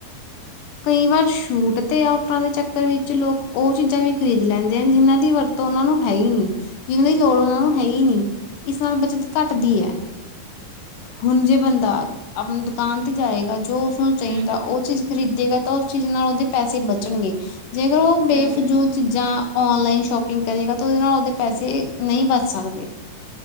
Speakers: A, on the left (about 65°); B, on the right (about 70°).
A: ਕਈ ਵਾਰ ਛੂਟ ਤੇ, ਔਫਰਾਂ ਦੇ ਚੱਕਰ ਵਿੱਚ ਲੋਕ ਉਹ ਚੀਜ਼ਾਂ ਵੀ ਖਰੀਦ ਲੈਂਦੇ ਹਨ, ਜਿਨਾਂ ਦੀ ਵਰਤ ਉਹਨਾਂ ਨੂੰ ਹੈ ਹੀ ਨਹੀਂ, ਜਿਨਾਂ ਦੀ ਲੋੜ ਉਹਨਾਂ ਨੂੰ ਹੈ ਹੀ ਨਹੀਂ। ਇਸ ਨਾਲ ਬੱਚਤ ਘੱਟਦੀ ਹੈ। ਹੁਣ ਜੇ, ਬੰਦਾ ਆਪਣੀ ਦੁਕਾਨ ਤੇ ਜਾਏਗਾ, ਜੋ ਉਸਨੂੰ ਚਾਹੀਦਾ
B: ਹਮ ਹਮ
A: ਉਹ ਚੀਜ਼ ਖਰੀਦੇਗਾ ਤਾਂ, ਉਸ ਚੀਜ਼ ਨਾਲ ਉਹਦੇ ਪੈਸੇ ਬਚਣਗੇ ਜੇਕਰ ਉਹ, ਬੇਫਜ਼ੂਲ
B: ਹਮ ਹਮ
A: ਚੀਜ਼ਾਂ ਔਨਲਾਈਨ ਸ਼ੋਪਿੰਗ ਕਰੇਗਾ ਤਾਂ, ਉਹਦੇ ਨਾਲ ਉਹਦੇ ਪੈਸੇ ਨਹੀਂ ਬਚ ਸਕਦੇ।